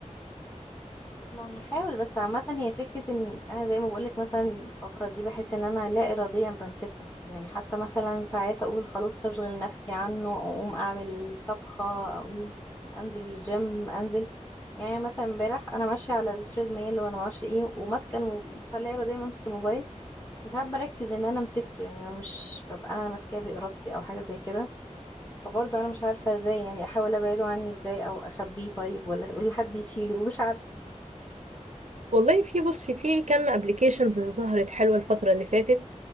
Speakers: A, on the left; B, on the right.
A: ما هحاول بس عامة هي فكرة ان انا زي ما بقولك مثلا الفترة دي بحس ان انا لا اراديا بمسكه يعني حتى مثلا ساعات اقول خلاص هشغل نفسي عنه او اقوم اعمل طبخة اقوم انزل الجيم انزل يعني مثلا امبارح انا ماشية على التريد ميل ولا معرفش ايه وماسكة الم... فلا اراديا بمسك الموبايل بس ساعات بركز ان انا مسكته يعني انا مش ببقى انا ماسكاه بارادتي او حاجة زي كده فبرضه انا مش عارفة ازاي يعني احاول ابعده عني ازاي او اخبيه طيب ولا اقول لحد يشيله مش عارفة
B: والله في بصي في كم ابلكيشنز ظهرت حلوة الفترة اللي فاتت